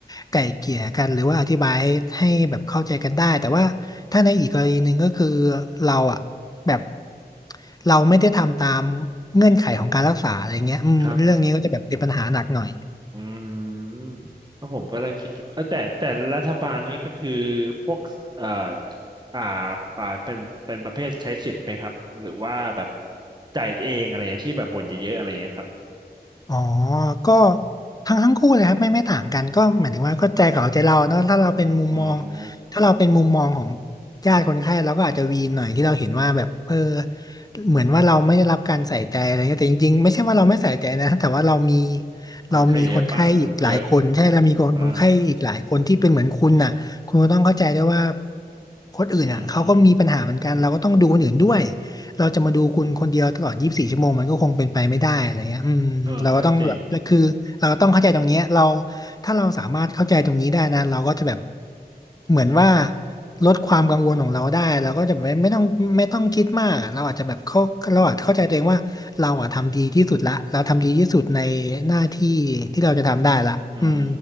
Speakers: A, on the left; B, on the right.
A: ไก่เกลี่ยกันหรือว่าอธิบายให้ให้แบบเข้าใจกันได้แต่ว่าถ้าในอีกกรณีหนึ่งก็คือเราอ่ะแบบเราไม่ได้ทำตามเงื่อนไขของการรักษาอะไรเงี้ยอืมเรื่องนี้ก็จะแบบเป็นปัญหาหนักหน่อย
B: ครับ อืมก็ผมกเลยคิดอยู่เออแต่แต่รัฐบาลนี้ก็คือพวกเอ่ออ่าอ่าเป็นเป็นประเภทใช้สิทธิ์ไหมครับหรือว่าแบบจ่ายเองอะไรเงี้ยที่แบบบ่นเยอะๆอะไรเงี้ยครับ
A: อ๋อก็ทั้งทั้งคู่เลยครับไม่ไม่ต่างกันก็หมายถึงว่าก็ใจเขาใจเราเนอะถ้าเราเป็นมุมมอง
B: อืม
A: ถ้าเราเป็นมุมมองของญาติคนไข้เราก็อาจจะวีนหน่อยที่เราเห็นว่าแบบเออเหมือนว่าเราไม่ได้รับการใส่ใจอะไรเงี้ยแต่จริงๆไม่ใช่ว่าเราไม่ใส่ใจนะแต่ว่าเรามีเรามีคนไข้อีกหลายคนใช่เรามีคนคนไข้อีกหลายคนที่เป็นเหมือนคุณน่ะคุณก็ต้องเข้าใจด้วยว่า
B: คนไข้เยอะปะเยอะอ่า
A: คนอื่นอ่ะเขาก็มีปัญหาเหมือนกันเราก็ต้องดูคนอื่นด้วย
B: อืม
A: เราจะมาดูคุณคนเดียวตลอด24ชั่วโมงมันก็คงเป็นไปไม่ได้อะไรเงี้ยอืมเราก็ต้องแบบคือเราก็ต้องเข้าใจตรงเนี้ยเรา
B: เออก็จริง
A: ถ้าเราสามารถเข้าใจตรงนี้ได้นะเราก็จะแบบเหมือนว่าลดความกังวลของเราได้เราก็จะไม่ไม่ต้องไม่ต้องคิดมากเราอาจจะแบบเข้าเราอาจเข้าใจตัวเองว่าเราอะทำดีที่สุดละเราทำดีที่สุดในหน้าที่ที่เราจะทำได้ละอืม
B: อืม